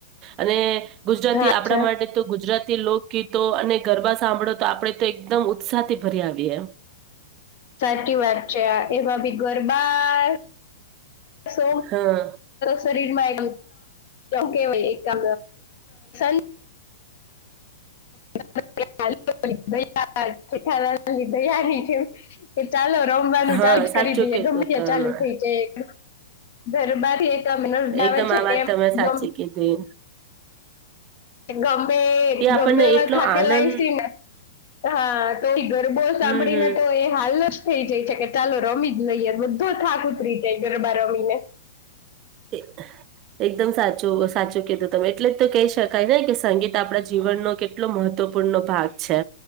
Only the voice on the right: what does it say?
અને ગુજરાતી
આપણા
માટે તો ગુજરાતી લો ગીતો અને ગરબા સાંભળો તો આપડે તો એકદમ ઉત્સાહથી ભરી આવીએ
હા
હા
સાચું
કીધું
તમે
એકદમ
આ વાત
તમે સાચી
કીધી
એ આપણને
એટલો
આનંદ
હમ હમ
એ એકદમ સાચું સાચું કીધું તમે એટલે તો કહી શકાય ને કે સંગીત આપડા જીવનનો કેટલો મહત્વપૂર્ણ ન ભાગ છે.